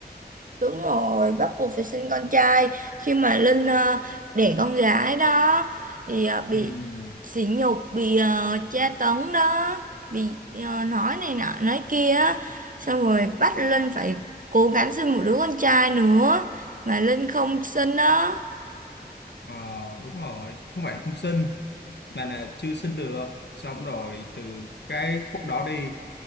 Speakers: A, on the right; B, on the left.
A: Đúng rồi, bắt buộc phải sinh con trai. Khi mà Linh ờ, đẻ con gái đó thì ờ, bị
B: Ừm,
A: sỉ nhục, bị ờ, tra tấn đó, bị ờ, nói này nọ, nói kia. á. Xong rồi bắt Linh phải cố gắng sinh một đứa con trai nữa mà Linh không sinh đó.
B: Ờ, đúng rồi, không phải là không xin mà là chưa xin được. Xong rồi từ cái khúc đó đi,